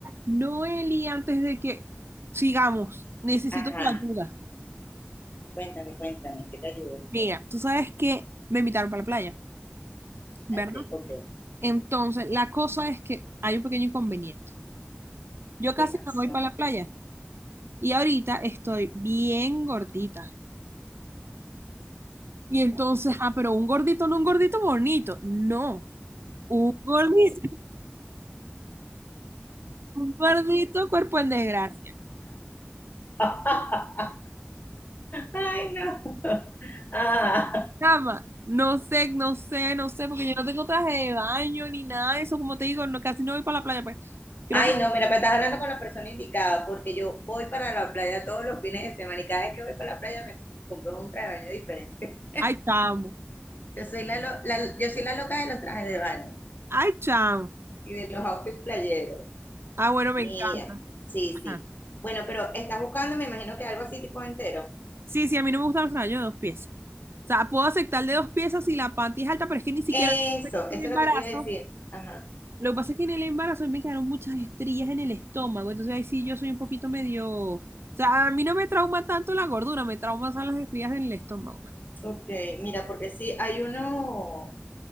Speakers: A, on the right (about 85°); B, on the left (about 50°).
A: Noeli, antes de que sigamos, necesito
B: Ajá,
A: tu ayuda.
B: cuéntame, cuéntame, ¿qué te ayudo?
A: Mira, tú sabes que me invitaron para la playa, ¿verdad?
B: Ok, ok,
A: Entonces, la cosa es que hay un pequeño inconveniente. Yo casi
B: ¿qué pasó?
A: no voy para la playa y ahorita estoy bien gordita. Y entonces, ah, pero un gordito, no un gordito bonito, no, un gordito, un gordito cuerpo en desgracia.
B: Ah, <laughs> Ay, no. Ah,
A: Chama, no sé, no sé, no sé, porque yo no tengo traje de baño ni nada de eso, como te digo, no, casi no voy para la playa, pues. Creo
B: Ay,
A: que
B: no, mira, pero estás hablando con la persona indicada, porque yo voy para la playa todos los fines de semana y cada vez que voy para la playa me compro un traje de baño diferente.
A: Ay, chamo.
B: Yo soy la, lo- la- yo soy la loca de los trajes de baño
A: Ay, chamo.
B: y de los outfits playeros.
A: Ah, bueno, me
B: Mira,
A: encanta.
B: sí,
A: Ajá.
B: sí. Bueno, pero estás buscando, me imagino que algo así tipo entero.
A: Sí, sí, a mí no me gustan los trajes de dos piezas. O sea, puedo aceptar de dos piezas si la panty es alta, pero es que ni siquiera
B: Eso,
A: en
B: eso
A: el embarazo.
B: es lo que te iba a decir. Ajá.
A: Lo que pasa es que en el embarazo a mí me quedaron muchas estrías en el estómago. Entonces ahí sí yo soy un poquito medio. O sea, a mí no me trauma tanto la gordura, me trauma son las estrías en el estómago.
B: Ok, mira, porque sí, hay uno,